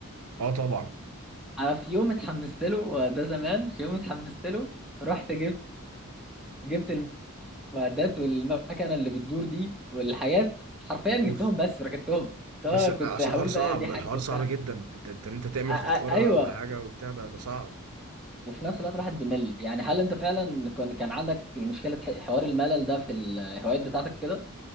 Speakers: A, on the right (about 80°); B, in the centre.
A: اه طبعا
B: انا في يوم اتحمست له وده زمان في يوم اتحمست له رحت جبت ال المعدات والمكنه اللي بتدور دي والحاجات حرفيا جبتهم
A: اوف
B: بس ركنتهم فأنا
A: بس اصل
B: كنت هقول
A: الحوار صعب
B: بقى دي حاجه
A: الحوار
B: بتاع
A: صعب جدا انت انت انت تعمل
B: أ-
A: فخاره
B: أ- ايوه
A: بحاجه وبتاع ده ده صعب
B: وفي نفس الوقت الواحد بيمل يعني هل انت فعلا كان كان عندك المشكله ح- حوار الملل ده في الهوايات بتاعتك كده